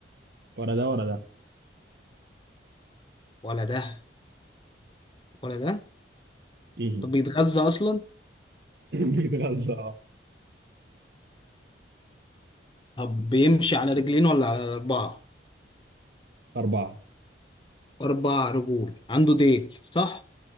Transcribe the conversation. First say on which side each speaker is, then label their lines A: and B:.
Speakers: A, on the right; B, on the left.
A: ولا ده ولا ده
B: ولا ده ولا ده
A: امم
B: طب بيتغذى أصلا
A: <laughs> بيتغذى اه
B: طب بيمشي على رجلين ولا على أربعة
A: اربعه
B: أربع رجول عنده ديل صح